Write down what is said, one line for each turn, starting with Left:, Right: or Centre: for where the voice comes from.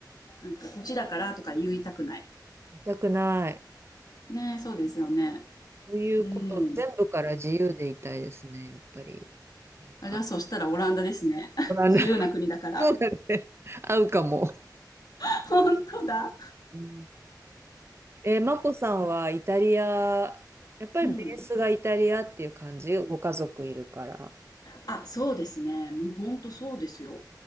Left: なんか年だからとか言いたくない。
Right: 痛たくない。
Left: ね、そうですよね。
Right: そういうこと全部から自由でいたいですね、
Left: うん。
Right: やっぱり。なんか、
Left: あ、じゃあそしたらオランダですね。
Right: ご覧な
Left: <laughs> 自由な国だから。
Right: <laughs> そうだね。合うかも。
Left: <laughs> 本当だ。
Right: うん、えー、マコさんはイタリア、やっぱりベースがイタリアっていう感じ、
Left: うん。
Right: ご家族いるから。
Left: あ、そうですね。もうほんとそうですよ。